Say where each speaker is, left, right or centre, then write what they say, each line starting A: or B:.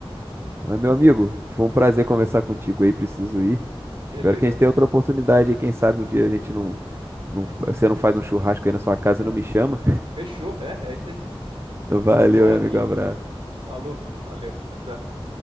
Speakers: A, on the right; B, on the right.
A: Mas, meu amigo, foi um prazer conversar contigo aí, preciso ir.
B: Beleza.
A: Espero que a gente tenha outra oportunidade aí, quem sabe um dia a gente não, não, você não faz um churrasco aí na sua casa e não me chama.
B: Fechou, é. Aí você
A: <laughs> Valeu,
B: você cola
A: meu
B: aqui.
A: amigo, um abraço.
B: Falou. Valeu. Tchau, tchau.